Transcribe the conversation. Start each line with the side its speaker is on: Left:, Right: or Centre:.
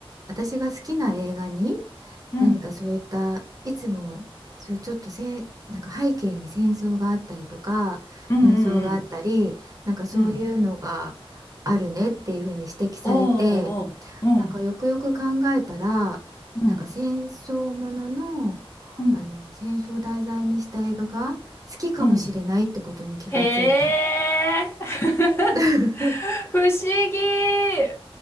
Right: 私が好きな映画に、
Left: うん
Right: 何かそういった、いつも、そう、ちょっとせん、なんか背景に戦争があったりとか、
Left: うんうん
Right: 紛争があったり、なんかそういうのがあるねっていうふうに指摘されて、
Left: うんうんおーおーおー
Right: なんかよくよく考えたらなんか戦争ものの、
Left: うんうんうん
Right: あの戦争を題材にした映画が好きかもしれないってことに気がついた。
Left: うんへえ <laughs>
Right: <laughs>
Left: 不思議